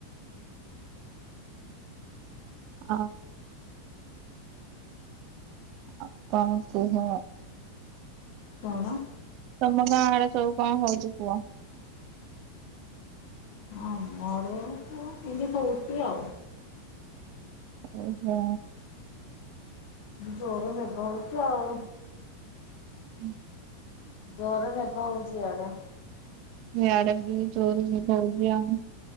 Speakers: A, on the right (about 50°); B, on the left (about 60°).
A: ଅ ଆଉ କଣ କୁହ?
B: କଣ
A: ତମ ଗାଁ ଆଡ଼େ ସବୁ କଣ ହୋଉଛି କୁହ?
B: ହଁ ଆମ ଆଡେ <unintelligible> ହୋଉଛି ଆଉ।
A: ଓ ହୋ
B: ଜୋରେ ମେଘ ହୋଉଚି ଆଉ।
A: ହୁଁ।
B: ଜୋରେ ମେଘ ହୋଉଚି ୟାଡେ।
A: ୟାଡେ ବି ଜୋରେ ମେଘ ହୋଉଚି ଆଉ।